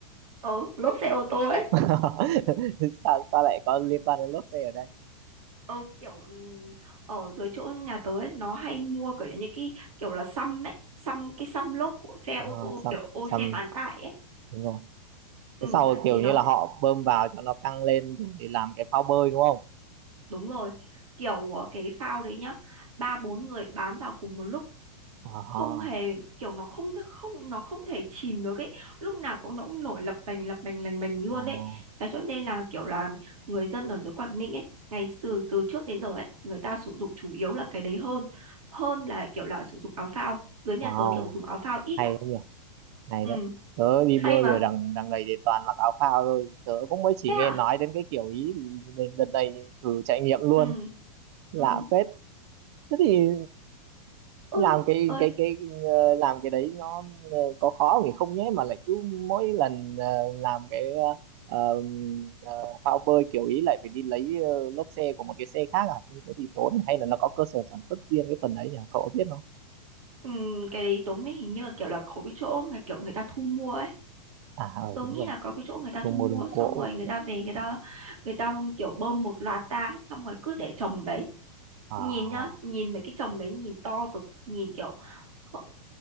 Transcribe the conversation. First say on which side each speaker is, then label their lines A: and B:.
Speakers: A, on the right (about 70°); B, on the right (about 45°).
A: ờ, lốp xe ô tô ấy
B: <laughs> sao sao lại có liên quan đến lốp xe ở đây
A: ờ, kiểu ừm, ở dưới chỗ nhà tớ ấy, nó hay mua kiểu như cái kiểu là xăm ấy xăm cái xăm lốp của xe ô
B: à,
A: tô
B: xăm
A: kiểu ô
B: xăm
A: xe bán tải ấy
B: đúng rồi
A: ừ,
B: cái sau rồi
A: thì
B: kiểu
A: nó
B: như là
A: sẽ
B: họ bơm vào cho nó căng lên để làm cái phao bơi đúng không
A: đúng rồi kiểu ờ, cái phao đấy nhá ba bốn người bám vào cùng một lúc
B: à,
A: không hề kiểu nó không không nó không thể chìm được ấy lúc nào cũng nó cũng nổi lập bành lập bành lành bành luôn
B: Wow,
A: ấy thế cho nên là kiểu là người dân ở dưới Quảng Ninh ấy ngày xưa từ trước đến giờ ấy người ta sử dụng chủ yếu là cái đấy hơn hơn là kiểu là sử dụng áo phao dưới nhà
B: wow,
A: tớ kiểu dùng áo phao ít
B: hay
A: lắm
B: đấy nhỉ, hay
A: ừ
B: đấy. Tớ đi
A: hay
B: bơi
A: mà
B: ở đằng đằng này thì toàn mặc áo phao thôi. Tớ cũng mới chỉ
A: thế
B: nghe
A: hả
B: nói đến cái kiểu ý thì đến đợt này thì thử trải nghiệm luôn,
A: ừ
B: lạ
A: ừ
B: phết. Thế thì
A: ôi
B: làm cái
A: ơi
B: cái cái ờ, làm cái đấy nó ờ, có khó thì không nhé mà lại cứ mỗi lần ờ, làm cái ờ, ờ, phao bơi kiểu ý lại phải đi lấy ờ, lốp xe của một cái xe khác à Như thế thì tốn hay là nó có cơ sở sản xuất riêng cái phần đấy nhỉ cậu có biết không
A: ừ, cái đấy tớ mới hình như là kiểu là có cái chỗ mà kiểu người ta thu mua ấy
B: à ừ,
A: tớ
B: đúng
A: nghĩ
B: rồi
A: là có cái chỗ người ta
B: thu
A: thu
B: mua
A: mua
B: đồ gỗ
A: xong rồi người
B: nhỉ
A: ta về người ta người ta kiểu bơm một loạt ra xong rồi cứ để trồng đấy
B: à,
A: nhìn nhá nhìn mấy cái trồng đấy nhìn to cực nhìn kiểu kh-